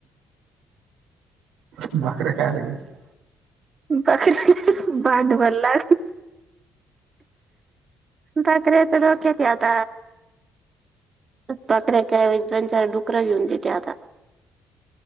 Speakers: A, on the right; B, on the right.
A: बकऱ्या खायला घ्यायच्या
B: बकरी ही ही भांडवला बकऱ्याच आहे आता डोक्यात बकऱ्यांचा ऐवजी दोन चार डुकर घेऊन देते आता